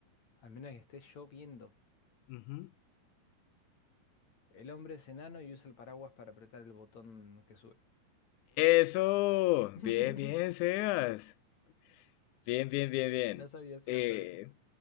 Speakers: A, on the left; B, on the left.
A: Al menos que esté lloviendo.
B: Ujú.
A: El hombre es enano y usa el paraguas para apretar el botón que sube.
B: Eso,
A: <laughs>
B: bien, bien, Sebas. Bien, bien, bien, bien.
A: No sabía si
B: Eh,
A: iba a estar bien.